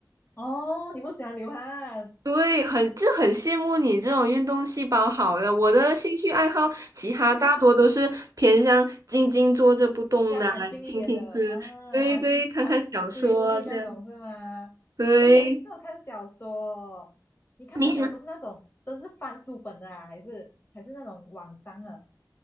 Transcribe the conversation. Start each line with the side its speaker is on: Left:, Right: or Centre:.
Left: 哦，你不喜欢流汗？
Right: 对，很，就很羡慕你这种运动细胞好的。我的兴趣爱好，其他大多都是偏向静静坐着不动的啊听听歌，
Left: <laughs> 没有，比较安静一点的啊，
Right: 对对，
Left: 韩韩追戏那种是吗？
Right: 看看小说这样。对，
Left: 诶，我也是有看小说，你看的小说是那种真是翻书本的啊，
Right: 明星
Left: 还是还是那种网上的？